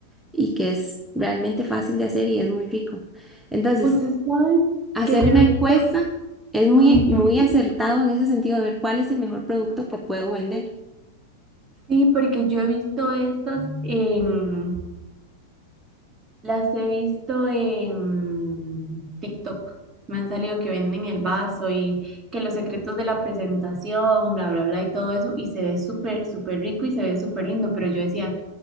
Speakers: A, in the centre; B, on the right.
A: y que es realmente fácil de hacer y es muy rico. Entonces,
B: Usted sabe
A: hacer
B: que yo
A: una
B: he
A: encuesta
B: visto,
A: es muy,
B: ujú,
A: muy acertado en ese sentido de ver cuál es el mejor producto que puedo vender.
B: sí, porque yo he visto estas en, Las he visto en TikTok. Me han salido que venden el vaso y que los secretos de la presentación, bla, bla, bla y todo eso. Y se ve súper, súper rico y se ve súper lindo. Pero yo decía,